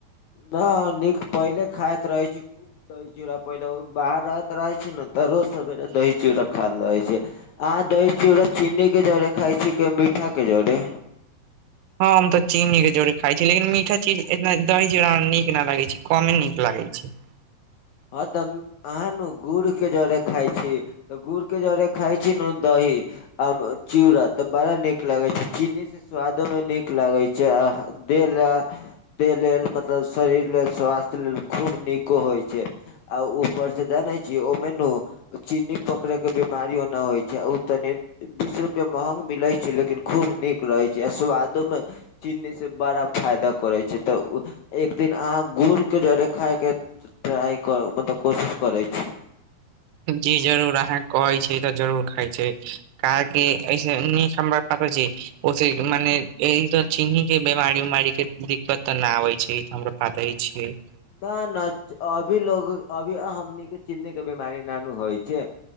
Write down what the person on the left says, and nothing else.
न नीक पहिले खाइत रहै छी, खूब दही-चूड़ा पहिले बाहर रहैत रहै छी न तऽ रोज सबेरे दही-चूड़ा खाइल रहै छियै। अहाँ दही-चूड़ा चिन्नी के जरे खाइ छियै कि मीठा के जरे?
हँ तब अहाँ नु गुड़ के जरे खाइ छी, तऽ गुड़ के जरे खाइ छी न दही आब चूड़ा तऽ बड़ा नीक लागै छै, चिन्नी से स्वादो मे नीक लागै छै आ ह देह लए देह लेल मतलब शरीर लेल, स्वास्थ्य लेल खूब नीको होइ छै। आ ऊपर से जानै छियै, ओ मे नू चिन्नी पकड़यके बिमारियो ना होइ छै, आ ऊ तनि बीस रुपया महंग मिलै छै, लेकिन खूब नीक रहै छै आ स्वादोमे चिन्नीसे बड़ा फायदा करै छै, तऽ उ एक दिन अहाँ गुड़के जरे खाइके ट्राइ करू मतलब कोशिश करै छी।
ना ना, च् अभी लोग अभी हमनी के चिन्नी के बीमारी ना नु होइ छै।